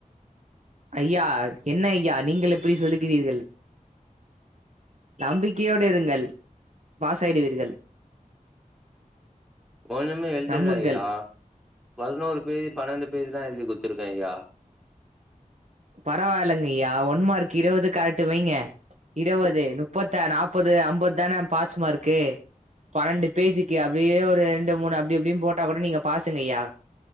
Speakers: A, on the right; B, in the centre.
A: ஐயா என்ன ஐயா நீங்கள் இப்டி சொல்லுகிறீர்கள் நம்பிக்கையோடு இருங்கள் பாசாயிடுவீர்கள்.
B: ஒன்னுமே எழுதல
A: நம்புங்கள்
B: ஐயா பதினோரு பேஜ் பன்னண்டு பேஜ் தா எழுதி குடுத்துருக்க ஐயா
A: பரவால்லங்கய்யா ஒன் மார்க் இருவது கரெக்ட்டு வைங்க இருவது னுப்பத்தாரு நாப்பது அம்பது தான பாஸ் மார்க்கு பன்னண்டு பேஜிக்கு அப்படியே ஒரு ரெண்டு மூணு அப்டப்டினு போட்டா கூட நீங்க பாசுங்கய்யா